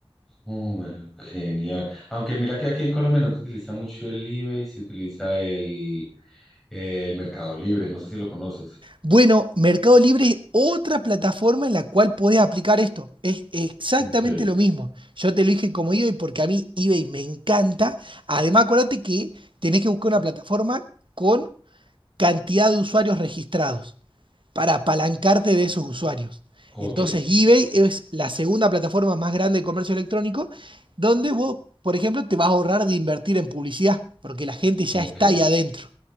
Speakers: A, in the centre; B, on the right (about 60°).
A: Hombre, genial. Aunque mira que aquí en Colombia no se utiliza mucho el eBay, se utiliza el, el Mercado Libre, no sé si lo conoces.
B: Bueno, Mercado Libre es otra plataforma en la cual podés aplicar esto. Es exactamente
A: Ok,
B: lo mismo. Yo te lo dije como eBay porque a mí eBay me encanta. Además, acuérdate que tenés que buscar una plataforma con cantidad de usuarios registrados. para apalancarte de esos usuarios.
A: ok,
B: Entonces,
A: sí,
B: eBay es la segunda plataforma más grande de comercio electrónico, donde vos, por ejemplo, te vas a ahorrar de invertir en publicidad, porque la gente ya
A: ok.
B: está ahí adentro.